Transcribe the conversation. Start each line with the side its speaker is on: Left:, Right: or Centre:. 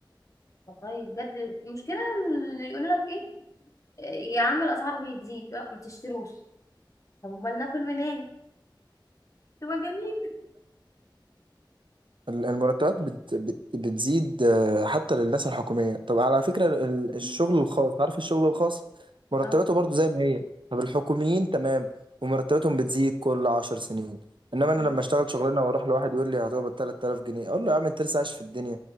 Left: والله بجد المشكلة اللي يقول لك ايه إيه يا عم الأسعار بتزيد لا ما تشتروش طب امال ناكل منين؟ انتوا مجانين
Right: ال- المرتبات بت بت بتزيد آه، حتى للناس الحكومية طب على فكرة ال-
Left: م-
Right: الشغل الخاص عارف الشغل الخاص مرتباته
Left: اه
Right: برضو زي ما هي طب الحكوميين تمام ومرتباتهم بتزيد كل عشر سنين انما انا
Left: م-
Right: لما اشتغل شغلانة واروح لواحد يقول لي هتقبض 3000 جنيه اقول له يا عم انت لسه عايش في الدنيا